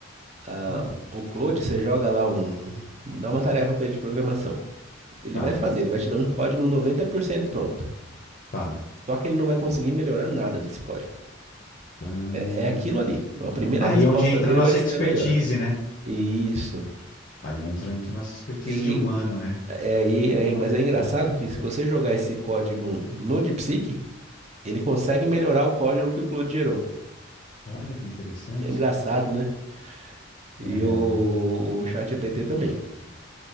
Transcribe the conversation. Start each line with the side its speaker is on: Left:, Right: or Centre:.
Right: Ah,
Left: olha,
Right: o Claude, você joga lá um, um, dá uma tarefa para ele de programação. Ele
Left: tá,
Right: vai fazer, ele vai te dar um código 90% pronto.
Left: tá.
Right: Só que ele não vai conseguir melhorar nada desse código.
Left: Hum.
Right: É aquilo ali. A primeira
Left: Aí
Right: resposta
Left: é onde entra
Right: dele
Left: a nossa
Right: vai ser
Left: expertise,
Right: a melhor.
Left: né?
Right: Isso.
Left: Aí é onde entra a nossa expertise
Right: E
Left: de humano, né?
Right: é aí, é- mas é engraçado que se você jogar esse código no DeepSeek, ele consegue melhorar o código que o Claude gerou.
Left: Olha que interessante.
Right: É engraçado, né? E
Left: É,
Right: o, o ChatGPT também.